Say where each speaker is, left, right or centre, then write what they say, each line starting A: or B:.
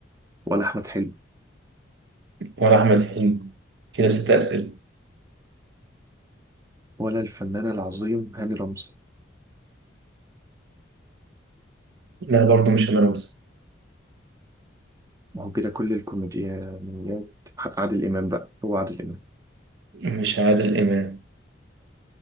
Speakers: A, on the right; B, on the right.
A: ولا أحمد حلمي
B: ولا أحمد حلمي كده ست أسئلة
A: ولا الفنان العظيم هاني رمزي
B: لا برضه مش أنا موسى
A: ما هو كده كل الكوميديانيات عادل إمام بقى هو عادل إمام
B: مش عادل إمام